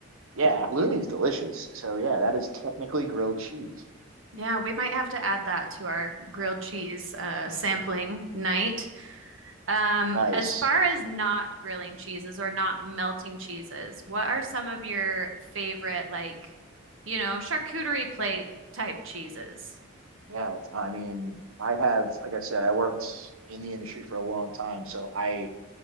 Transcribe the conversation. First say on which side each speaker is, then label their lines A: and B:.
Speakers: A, on the right; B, on the right.
A: yeah, halloumi's delicious. So yeah, that is technically grilled cheese.
B: Yeah, we might have to add that to our grilled cheese uh, sampling night. Um,
A: Nice.
B: as far as not grilling cheeses or not melting cheeses, what are some of your favorite, like, you know, charcuterie plate type cheeses?
A: Yeah, I mean, I have, like I said, I worked in the industry for a long time, so I